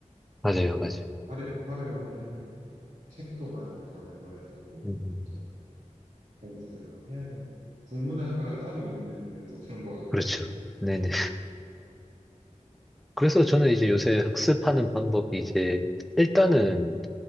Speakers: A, in the centre; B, on the right.
A: 맞아요,
B: 어,
A: 맞아요.
B: 활용, 활용을 하려면 책도 많이 더 읽어야 되고
A: 음,
B: 이제 공부를 더 해야 되는 국문학과가 따로 있는 이유도 그런 것 같고요.
A: 그렇죠.
B: 이제.
A: 네네. 그래서 저는 이제 요새 학습하는 방법이 이제 일단은,